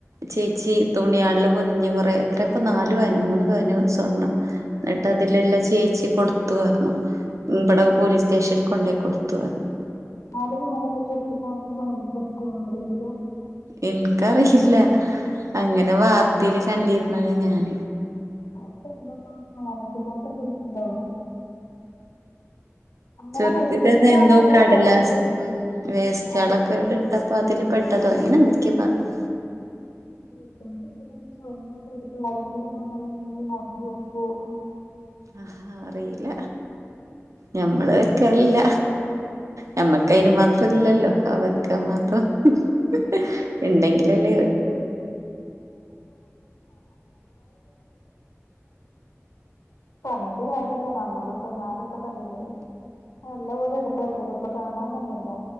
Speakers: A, on the right; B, on the left.
A: ചേച്ചി തുണിയാളള് പൊതിഞ്ഞ് കൊറേ എത്രപ്പം നാലു പവാനോ മൂന്ന് പവനോ സ്വർണ്ണം എന്നിട്ട് അതിൽള്ള ചേച്ചി കൊടുത്തു പറഞ്ഞു ഇബടെ പോലീസ് സ്റ്റേഷനിൽ കൊണ്ടുപോയി കൊടുത്തു പറഞ്ഞു
B: ആരെങ്കിലും ഇങ്ങനൊക്കെ ചുരുട്ടിനിക്കനോട്ത് വെക്കോ ആരെങ്കിലും
A: ഇൻക്കറിയില്ല ഇങ്ങനെ വാർത്തേൽ കണ്ടിരുന്നുന്നത് ഞാന്
B: <unintelligible> അങ്ങനെ
A: ചുരുട്ടിട്ടത്
B: കൊടുത്തിരിക്കുവാണോ
A: എന്തോ
B: അതോ
A: കടലാസ്
B: കവറില്
A: ഉം വേസ്റ്റളൊക്കെ
B: ആഹ്
A: ഇതപ്പോ അതില് പെട്ടതോ അങ്ങനെ എന്തൊക്കെയൊ പറഞ്ഞ്
B: <unintelligible>
A: ആഹ് ആഹ് അറിയില്ല ഞമ്മള് വെക്കെലില്ല ഞമ്മക്ക് അയ്ന് മാത്രംല്ലല്ലോ അവെക്ക
B: അത്
A: മാത്രം ഹ് ഹ് ഉണ്ടെങ്കിലല്ലേ
B: <unintelligible> ഇപ്പൊ പറഞ്ഞിട്ട് കാര്യല്ല നമ്മളും ഇപ്പ ഞാനിപ്പ കണ്ടില്ലേ നല്ലപോലെ എടുപ്പ വച്ചത് ഇപ്പ കാണാൻ തന്നെ ഇല്ല.